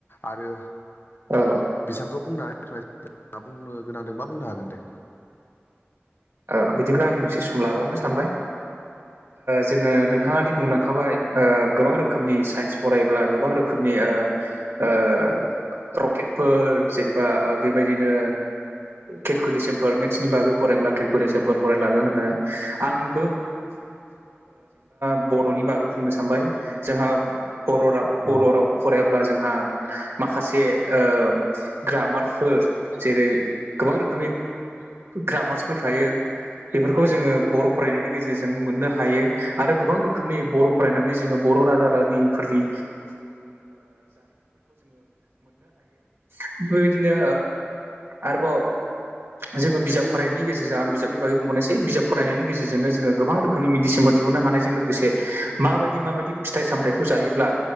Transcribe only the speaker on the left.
आरो
बेसेबांखौ बुंनानै बुंनो <unintelligible> गोनांदोंबा बुंनो हागोन दे
औ